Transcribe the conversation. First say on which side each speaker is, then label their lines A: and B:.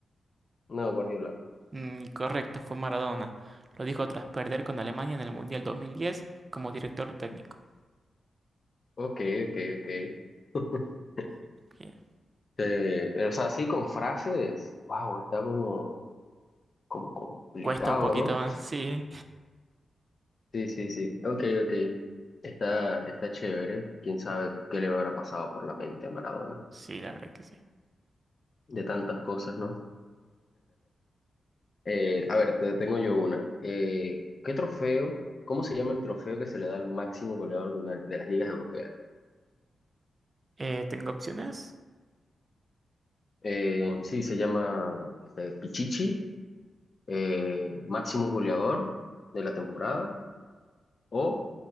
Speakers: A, on the left; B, on the right.
A: No, Guardiola.
B: Mm, correcto, fue Maradona. Lo dijo tras perder con Alemania en el Mundial 2010 como director técnico.
A: Ok, ok, ok. <laughs>
B: Bien.
A: Eh, o sea, así con frases. Wow, está como, como complicado,
B: Cuesta un poquito
A: ¿no?
B: más,
A: <laughs>
B: sí.
A: Sí, sí, sí. Ok, ok. Está, está chévere. ¿Quién sabe qué le habrá pasado por la mente a Maradona?
B: Sí, la verdad que sí.
A: De tantas cosas, ¿no? Eh, a ver, te tengo yo una. Eh, ¿qué trofeo? ¿Cómo se llama el trofeo que se le da al máximo goleador de, una- de las ligas europeas?
B: Eh, ¿tengo opciones?
A: Eh, sí, se llama este, Pichichi, eh, máximo goleador de la temporada o